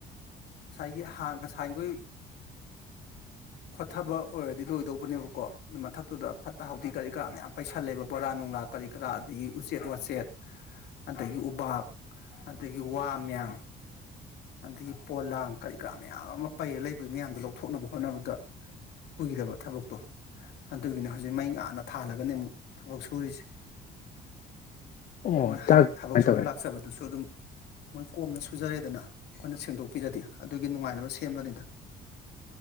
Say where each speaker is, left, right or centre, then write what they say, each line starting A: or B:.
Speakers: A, on the left; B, on the left.
A: ꯉꯁꯥꯏꯒꯤ ꯉꯁꯥꯏꯈꯣꯏ <inaudible> ꯈꯣꯊꯕ ꯑꯣꯏꯔꯗꯤ ꯂꯣꯏꯗꯧꯕꯅꯦꯕꯀꯣ ꯑꯗꯨ ꯃꯊꯛꯇꯨꯗ ꯐꯠꯇ ꯍꯥꯎꯊꯤ ꯀꯔꯤ ꯀꯔꯥ ꯃꯌꯥꯝ ꯄꯩꯁꯜꯂꯦꯕ ꯕꯣꯔꯥ ꯅꯨꯡꯂꯥ ꯀꯔꯤ ꯀꯔꯥ ꯑꯗꯒꯤ ꯎꯆꯦꯠ ꯋꯥꯆꯦꯠ ꯑꯗꯒꯤ ꯎꯄꯥꯛꯥꯛ ꯑꯗꯒꯤ ꯋꯥ ꯃꯌꯥ ꯑꯗꯒꯤ ꯄꯣꯂꯥꯡ ꯀꯔꯤ ꯀꯔꯥ ꯃꯌꯥꯝ ꯑꯃ ꯄꯩꯔ ꯂꯩꯕꯒꯤ ꯃꯌꯥꯝꯗꯨꯣ ꯂꯧꯊꯣꯛꯅꯕ ꯍꯣꯠꯅꯕꯗ ꯀꯏꯗꯕ ꯊꯕꯛꯇꯣ ꯑꯗꯨꯒꯤꯅꯤ ꯍꯧꯖꯤꯛ ꯃꯩ ꯉꯥꯅ ꯊꯥꯜꯂꯒꯅꯤ ꯑꯃꯨꯛ ꯊꯕꯛ ꯁꯨꯔꯤꯁꯦ
B: ꯑꯣ
A: ꯃꯣꯏ ꯍꯌꯦꯡ
B: ꯆꯥꯛ ꯀꯃꯥꯏꯅ
A: ꯊꯕꯛ ꯁꯨꯕ
B: ꯇꯧꯔꯦ
A: ꯂꯥꯛꯆꯕꯗꯨꯁꯨ ꯑꯗꯨꯝ ꯃꯣꯏ ꯀꯣꯝꯅ ꯁꯨꯖꯔꯦꯗꯅ ꯑꯩꯈꯣꯏꯅ ꯁꯦꯡꯗꯣꯛꯄꯤꯔꯗꯤ ꯑꯗꯨꯒꯤ ꯅꯨꯡꯉꯥꯏꯅꯕ ꯁꯦꯝꯕꯅꯤꯗ